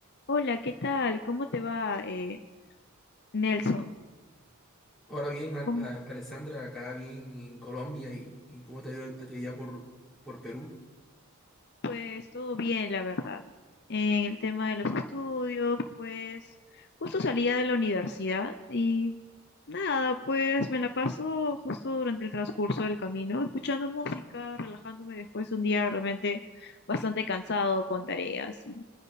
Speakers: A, on the left; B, in the centre.
A: Hola, ¿qué tal? ¿Cómo te va, eh, Nelson?
B: Ahora bien, Al-
A: Mm,
B: a- Alessandra, acá bien en Colombia y, y cómo te ha ido a ti allá por, por Perú.
A: Pues todo bien, la verdad. En el tema de los estudios, pues justo salía de la universidad y nada, pues me la paso justo durante el transcurso del camino, escuchando música, relajándome después de un día realmente bastante cansado con tareas y,